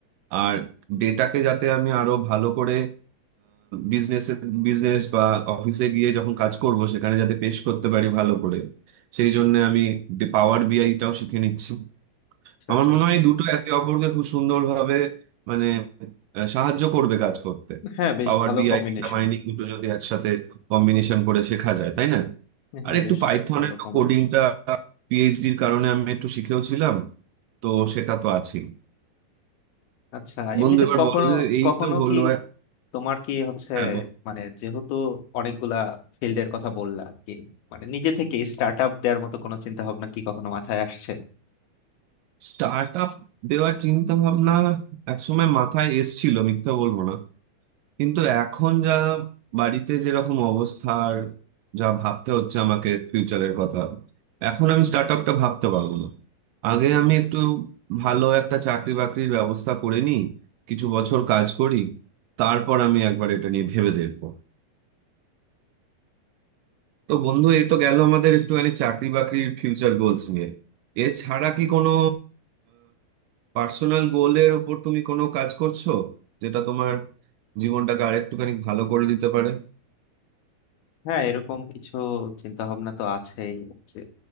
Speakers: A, on the right; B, on the left.
A: আর ডেটাকে যাতে আমি আরো ভালো করে বিজনেসে বিজনেস বা অফিসে গিয়ে যখন কাজ করব সেখানে যাতে পেশ করতে পারি ভালো করে সেই জন্য আমি পাওয়ার বিআইটাও শিখে নিচ্ছি
B: আচ্ছা
A: আমার
B: আচ্ছা।
A: মনে হয় এই দুটো একে অপরকে খুব সুন্দরভাবে মানে আহ, সাহায্য করবে কাজ করতে
B: হ্যাঁ বেশ
A: পাওয়ার
B: ভালো
A: বিআই
B: কম্বিনেশন
A: ডেটা মাইনিং দুটো যদি একসাথে কম্বিনেশন করে শেখা যায় তাই না আর
B: হ্যাঁ
A: একটু
B: বেশ
A: পাইথনের
B: ভালো কম্বিনেশন
A: কোডিংটা পিএইচডির কারণে আমি একটু শিখেও ছিলাম তো সেটা তো আছেই
B: আচ্ছা
A: বন্ধু
B: এমনিতে
A: এবার
B: কখনো
A: বলো যে এই
B: কখনো
A: তো হলো
B: কি তোমার কি হচ্ছে
A: হ্যাঁ বল
B: মানে যেহেতু অনেকগুলা ফিল্ডের কথা বললা আর কি মানে নিজে থেকে স্টার্ট আপ দেওয়ার মতো কোনো চিন্তা ভাবনা কি কখনো মাথায় আসছে
A: স্টার্ট আপ দেওয়ার চিন্তা ভাবনা একসময় মাথায় এসছিল মিথ্যা বলবো না কিন্তু এখন যা বাড়িতে যেরকম অবস্থা আর যা ভাবতে হচ্ছে আমাকে ফিউচারের কথা এখন আমি স্টার্ট আপটা ভাবতে পারবো না
B: বুঝতে
A: আগে আমি
B: পারছি
A: একটু ভালো একটা চাকরি বাকরির ব্যবস্থা করে নিই কিছু বছর কাজ করি তারপর আমি একবার এটা নিয়ে ভেবে দেখবো তো বন্ধু এই তো গেল আমাদের একটুখানি চাকরি বাকরির ফিউচার গোলস নিয়ে এছাড়া কি কোনো পার্সোনাল গোলের ওপর তুমি কোনো কাজ করছো যেটা তোমার জীবনটাকে আরেকটুখানি ভালো করে দিতে পারে
B: হ্যাঁ এরকম কিছু চিন্তা ভাবনা তো আছেই যে